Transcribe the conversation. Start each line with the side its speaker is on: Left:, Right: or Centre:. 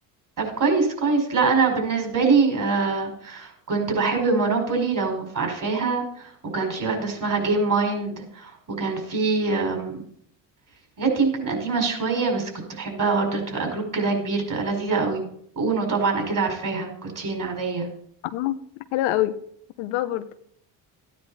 Right: طب كويس كويس لا انا بالنسبه لي آه كنت بحب مونوبولي لو عارفاها وكان في واحده اسمها جيم مايند وكان في آم، حاجات يمكن قديمه شويه بس كنت بحبها برضه بتبقى جروب كده كبير بتبقى لذيذه قوي اونو طبعا اكيد عارفاها كوتشينه عاديه
Left: اه حلوة قوي بحبها برضه